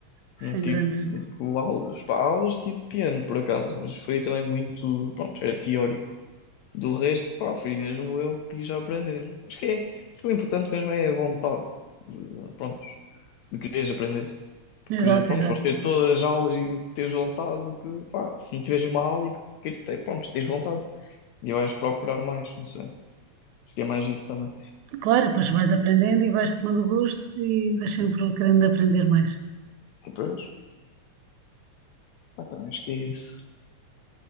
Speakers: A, on the right (about 80°); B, on the left (about 80°).
A: sem
B: não tive
A: grandes
B: tipo, aulas. Pá, aulas tive piano, por acaso, mas foi também muito, pronto, era teórico. Do resto, pá, fui mesmo eu que quis aprender. Acho que é, acho que o importante mesmo é a vontade de, pronto, de quereres aprender. Porque,
A: Exato,
B: pronto,
A: exato.
B: podes ter todas as aulas e teres vontade de que, pá, se não tiveres uma aula e queres ter, pronto, tens vontade. E vais procurar mais, não sei. Acho que é mais isso também.
A: Claro, depois vais aprendendo e vais tomando gosto e vais sempre querendo aprender mais.
B: Depois, pá, também acho que é isso.